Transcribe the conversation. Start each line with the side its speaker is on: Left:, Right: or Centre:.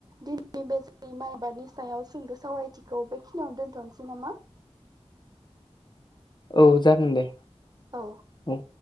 Right: दिनैनि बे जों माय आबादनि सायाव सुंद' सावरायथिखौ बेखिनियावनो दोनथ'नोसै नामा?
Left: औ जागोन दे।
Right: औ।
Left: औ